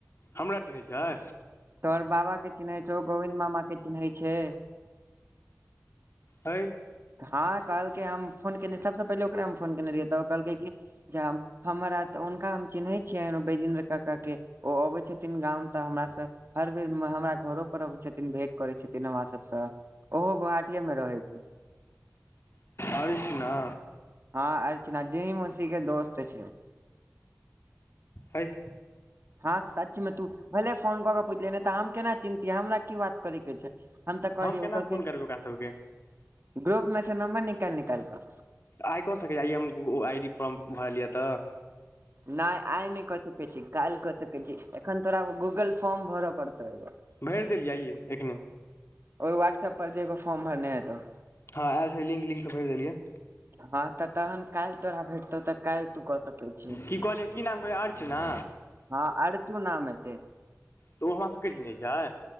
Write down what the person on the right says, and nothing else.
तोहर बाबा चिन्है छौ गोविन्द मामा के चिन्है छै
हँ कहलकै हम फोन केने सबसँ पहिले ओकरे हम फोन केने रहियै तऽ कहलकै कि ज हमर आ तऽ हुनका हम चिन्है छियै बैजेन्द्र काका के ओ अबै छथिन गाँव मे तऽ हमरा से हर बेर हमरा घरो पर अबै छथिन भेंट करै छथिन <inaudible> हमरा सबसँ ओहो गोहाटीेए मे रहै छै
हँ अर्चना जूही मोशी के दोस्त छै
हँ सचमे तू भले फोन कऽ के पुछलिये नै तऽ हम केना चिन्तियै हमरा की बात करे के छै हम तऽ कहलिय
ओ कहल
कै
ग्रुप मे से नम्बर निकाइल निकाइल कऽ
नै आइ नै कऽ सकैत छी काइल कऽ सकै छी एखन तोरा गूगल फॉर्म भरऽ पड़तौ एगो
ओहि वहाट्सऐप पर जे एगो फॉर्म भरने हे तो
हँ तऽ तहन काइल तोरा भेटतौ तऽ काईल तू कऽ सकैत छी
हँ आरचू नाम हते